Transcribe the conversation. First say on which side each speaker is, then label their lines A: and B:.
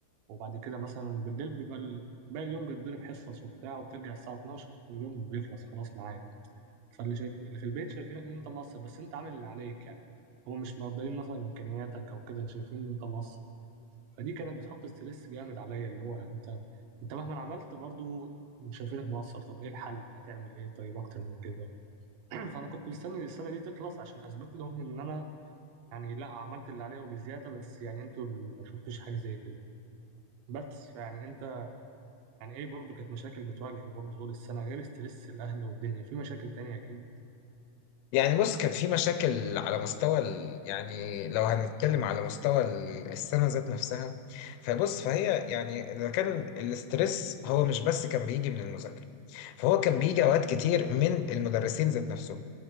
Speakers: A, on the right (about 80°); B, on the left (about 90°).
A: وبعد كده مثلا بالليل بيبقى ال- باقي اليوم بيتضرب حصص وبتاع وبترجع الساعة 12 واليوم بيخلص خلاص معايا فاللي شايف اللي في البيت شايفينك إن أنت مقصر بس أنت عامل اللي عليك يعني هو مش مقدرين مثلا إمكانياتك أو كده شايفين إن أنت مقصر فدي كانت بتحط ستريس جامد عليا اللي هو يعني انت انت مهما عملت برضو شايفينك مقصر طب ايه الحل هتعمل ايه طيب اكتر من كده <clears throat> فانا كنت مستني السنه دي تخلص عشان اثبت لهم ان انا يعني لا عملت اللي عليا وبزياده بس يعني انتوا اللي ما شفتوش حاجه زي كده بس فيعني انت يعني ايه برضو كانت مشاكل بتواجهك برضو طول السنه غير ستريس الاهل والدنيا في مشاكل تانية اكيد
B: يعني بص كان في مشاكل على مستوى ال... يعني لو هنتكلم على مستوى ال- السنة ذات نفسها فبص فهي يعني إذا كان الاسترس هو مش بس كان بيجي من المذاكرة فهو كان بيجي اوقات كتير من المدرسين ذات نفسهم